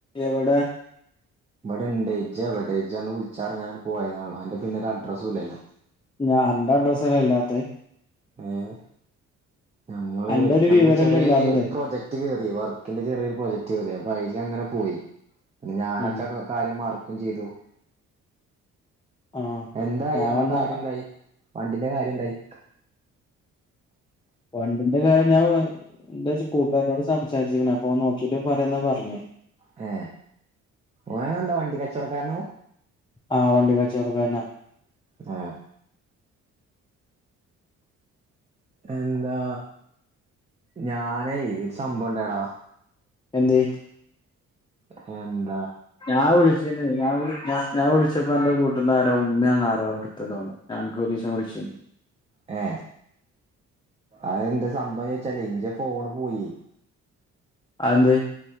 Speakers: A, on the left (about 15°); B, on the right (about 20°).
A: എവിടെ
B: ഇവിടെണ്ടേ ജവിടേജന്ന് വിളിച്ചാറങ്ങാന് പോയതാണോ അന്റെ പിന്നെ ഒരു അഡ്രസ്സും ഇല്ലല്ലോ
A: ഞാൻ എന്റെ ഡ്രസ്സല്ല ഇല്ലാത്ത
B: ഏഹ് നമ്മള്
A: അന്റെ ഒരു
B: നമുക്ക്
A: വിവരല്ലേ
B: ചെറിയൊരു
A: ഇല്ലാത്തത്
B: പ്രൊജക്ട് കേറി വർക്കിന്റെ ചെറിയൊരു പ്രൊജക്ട് കേറിയ വൈലങ്ങനെ പോയി <unintelligible>
A: ഉം
B: <inaudible>
A: ആഹ്
B: എന്തായി
A: ഞാനന്ന്
B: അമ്മളെ കാര്യന്തായി
A: അ-
B: വണ്ടിന്റെ കാര്യന്തായി
A: വണ്ടിന്റെ കാര്യം ഞാൻ വേ ന്താച്ചാ കൂട്ടാനോട് സംസാരിച്ച്ക്ക്ണ് അപ്പൊ ഓൻ നോക്കിട്ട് പറയാന്നാ പർഞ്ഞേ
B: ഹേ ഓന് വണ്ടികച്ചോടക്കാരനാ ഓമ്
A: ആഹ് വണ്ടി കച്ചവടക്കാരനാ
B: ഹേ എന്താ ഞാനേ ഒരു സംഭവംണ്ടായടാ
A: എന്തേയ്‌
B: ഹേ ഹ്
A: ഞാ വിളിച്ചിനെ ഞാ വിളി ഞാൻ വിളിച്ചപ്പോ അന്റെ കൂട്ട്ന്നാരോ ഉമ്മയാന്നാരോ ഇട്ത്തെ തോണ് ഞാ അന്ക് ഒരീസം വിളിച്ചിനി
B: ഹേ അതെന്താ സംഭവന്നെച്ചാലെ ഇൻ ഫോണ് പോയ്
A: അന്തേ